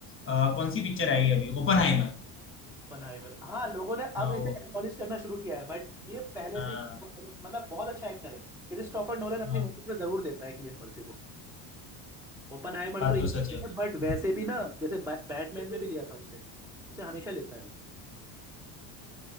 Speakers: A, on the left; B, in the centre.
A: अ, कौन सी पिक्चर आई है अभी ओपनहाइमर
B: ओपनहाइमर हाँ लोगों ने अब
A: हाँ
B: इसे
A: वो
B: एक्नॉलेज करना शुरू किया है बट ये पहले
A: हाँ
B: से ही बहुत- मतलब बहुत अच्छा एक्टर है क्रिस्टोफर नोलन
A: हाँ
B: अपनी मूवीज में जरूर देता है किलियन मर्फी को ओपनहाइमर
A: बात
B: तो एक
A: तो सच है भाई।
B: है बट वैसे भी ना जैसे बैटमैन में भी लिया था उसे उसे हमेशा लेता है वो